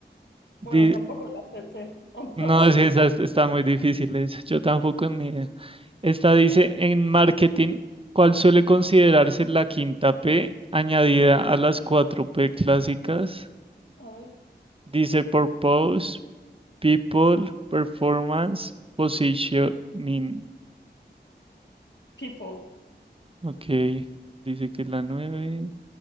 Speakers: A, on the right (about 30°); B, on the left (about 80°).
A: Di-
B: Bueno, tampoco la acerté. <laughs> Ah,
A: no,
B: Próxima.
A: es que esas están muy difíciles. Yo tampoco ni idea. Esta dice, en marketing, ¿cuál suele considerarse la quinta P añadida a las cuatro P clásicas?
B: A ver.
A: Dice purpose, people, performance, positioning.
B: People.
A: Ok, dice que es la 9.